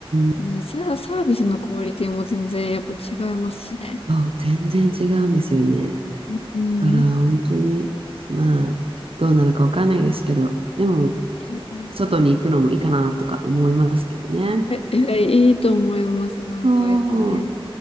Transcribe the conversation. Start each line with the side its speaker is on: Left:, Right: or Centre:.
Right: ん、
Left: うん、ササービスのクオリティも全然やっぱ違いますしね。
Right: そう、全然違うんですよね。
Left: うん。
Right: だから本当に、まあ、どうなるかわかんないですけど、でも、
Left: いや、うん
Right: 外に行くのもいいかなとか思いますけどね。
Left: ええ、いいと思います。なんか、
Right: そう、
Left: やっぱね、